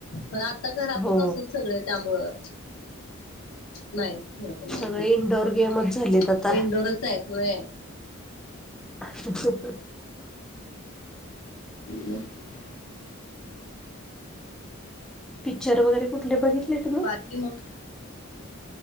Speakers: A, on the left; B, in the centre.
A: पण आता घरातच
B: हो
A: असते सगळे त्यामुळं नाहीच खेळ कुणाला
B: सगळे
A: माहीत
B: इनडोअर गेमच झालेत आता
A: इनडोअरचं आहेत होय.
B: <unintelligible>
A: <inaudible>
B: पिक्चर वगैरे कुठले बघितले तुम्ही?
A: बाकी मग